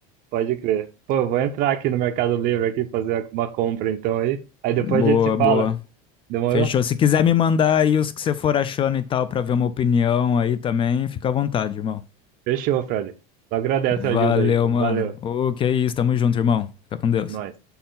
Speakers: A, on the right; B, on the left.
A: pode crer. Pô, eu vou entrar aqui no Mercado Livre aqui fazer uma compra então aí. Aí depois
B: Boa,
A: a gente se fala.
B: boa.
A: Demorou?
B: Fechou. Se quiser me mandar aí os que você for achando e tal, pra ver uma opinião aí também, fica à vontade, irmão.
A: Fechou, Fred. Só agradece
B: Valeu,
A: a ajuda aí, pô.
B: mano.
A: Valeu.
B: Ô, que isso, tamo junto, irmão. Fica com Deus.
A: Nós.